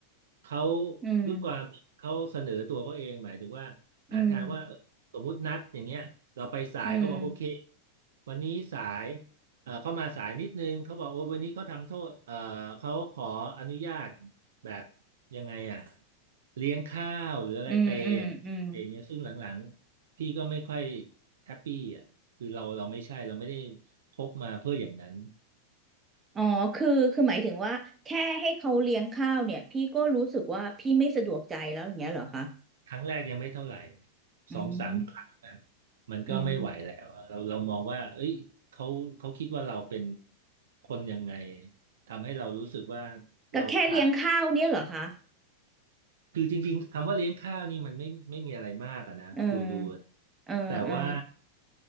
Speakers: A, on the right; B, on the right.
A: เขา
B: อืม
A: ด้วยความเขาเสนอตัวเขาเองหมายถึงว่าหาทางว่าเออสมมุตินัดอย่างเงี้ยเราไปสายเขาบอกโอเค
B: อืมอืม
A: วันนี้สาย เออเข้ามาสายนิดนึงเขาบอกว่าวันนี้เขาทำโทษเออเขาขออนุญาตแบบยังไงอ่ะเลี้ยงข้าวหรืออะไรเปย์อย่างเงี้ยเปย์อย่างเงี้ยซึ่งหลังๆพี่ก็ไม่ค่อย
B: อืมอืมอืม
A: แฮปปี้อ่ะคือเราเราไม่ใช่เราไม่ได้พบมาเพื่ออย่างนั้น
B: อ๋อคือคือหมายถึงว่าแค่ให้เขาเลี้ยงข้าวเนี่ยพี่ก็รู้สึกว่าพี่ไม่สะดวกใจแล้วอย่างเงี้ยเหรอคะ
A: ครั้งแรกยังไม่เท่าไหร่
B: อืม
A: สองสามครั้งอะมันก็ไม่ไหวแล้วอะเราเรามองว่าเอ้ยเขาเขาคิดว่าเราเป็น
B: อืม
A: คนยังไงทำให้เรารู้สึกว่า
B: ก็แค่เลี้ยงข้าวเนี่ยเหรอคะ
A: เราขาด คือจริงๆคำว่าเลี้ยงข้าวนี่มันไม่ไม่มีอะไรมากอะนะดูดู
B: เออเออเออ
A: แต่ว่า